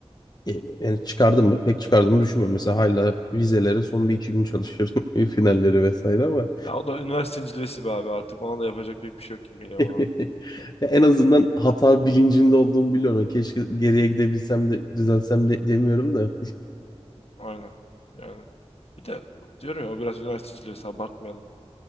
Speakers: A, on the left (about 40°); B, on the left (about 65°).
A: e, yani çıkardım mı? Pek çıkardığımı düşünmüyorum. Mesela hala vizelere son bir iki gün çalışıyorum. <laughs> Finalleri vesaire ama
B: Ya o da üniversitenin cilvesi be abi artık. Ona da yapacak pek bir şey yok gibi geliyor
A: <laughs>
B: bana.
A: Ya en azından hata bilincinde olduğumu biliyorum. Keşke geriye gidebilsem de düzelsem de demiyorum da.
B: Aynen. Yani. Bir de diyorum ya o biraz üniversite cilvesi abartmayalım.